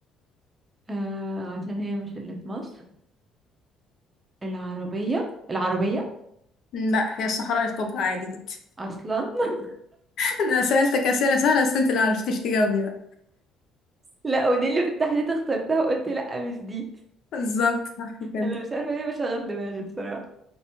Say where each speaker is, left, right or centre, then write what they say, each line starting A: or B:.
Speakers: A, on the right; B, on the left.
A: آه عشان هي مش اللي في مصر العربية العربية
B: لا هي الصحراء الكبرى عادي جدا
A: اصلا <laughs>
B: <laughs> انا سألتك أسئلة سهلة بس انت اللي معرفتيش تجاوبي بقى
A: لا ودي اللي بالتحديد اخترتها وقلت لا مش دي
B: بالظبط صح كده
A: انا مش عارفه ليه بشغل دماغي بصراحه